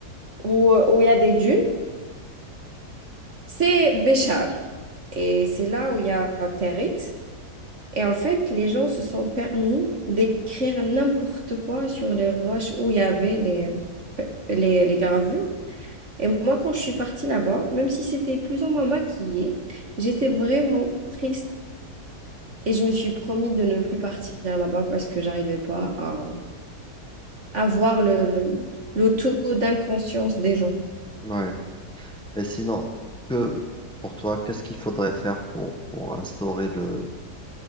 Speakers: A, on the right; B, in the centre.
A: où, où il y a des dunes, c'est Béchar. Et c'est là où il y a Territ. Et en fait, les gens se sont permis d'écrire n'importe quoi sur les roches où il y avait les, les, les gravures. Et moi, quand je suis partie là-bas, même si c'était plus ou moins maquillé, j'étais vraiment triste. Et je me suis promis de ne plus partir là-bas parce que j'arrivais pas à, à voir le, le, le taux d'inconscience des gens.
B: ouais. Et sinon, que pour toi, qu'est-ce qu'il faudrait faire pour, pour instaurer le,